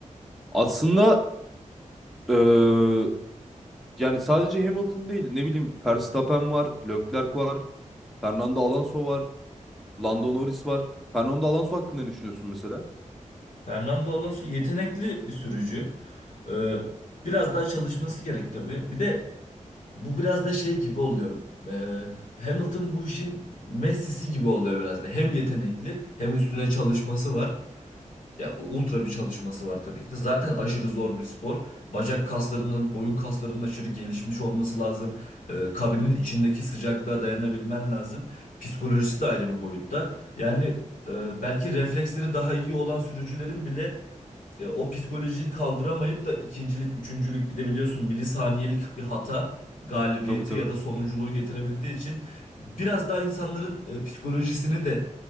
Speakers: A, in the centre; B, on the left.
A: Aslında eee, yani sadece Hamilton değil ne bileyim Verstappen var, Leclerc var, Fernando Alonso var. Lando Norris var. Fernando Alonso hakkında ne düşünüyorsun mesela?
B: Fernando Alonso yetenekli bir sürücü E, biraz daha çalışması gerek tabii bir de bu biraz da şey gibi oluyor E, Hamilton bu işin Messi'si gibi oluyor biraz da hem yetenekli hem üstüne çalışması var. Ya ultra bir çalışması var tabii ki de. Zaten aşırı zor bir spor. Bacak kaslarının, boyun kaslarının aşırı gelişmiş olması lazım. Ee, kabinin içindeki sıcaklığa dayanabilmen lazım. Psikolojisi de ayrı bir boyutta. Yani e, belki refleksleri daha iyi olan sürücülerin bile e, o psikolojiyi kaldıramayıp da ikincilik, üçüncülük bir de biliyorsun milisaniyelik bir hata galibiyeti
A: Tabii tabii.
B: ya da sonunculuğu getirebildiği için biraz daha insanların e, psikolojisini de